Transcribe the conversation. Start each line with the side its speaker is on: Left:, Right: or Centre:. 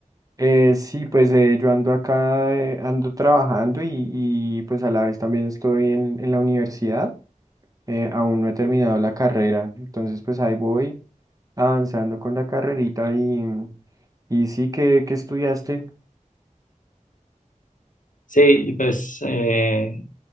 Right: Eh, sí, pues eh, yo ando acá, eh, ando trabajando y, y, pues a la vez también estoy en, en la universidad, eh, aún no he terminado la carrera, entonces pues ahí voy avanzando con la carrerita y, y sí, ¿qué, qué estudiaste?
Left: Sí, pues eh,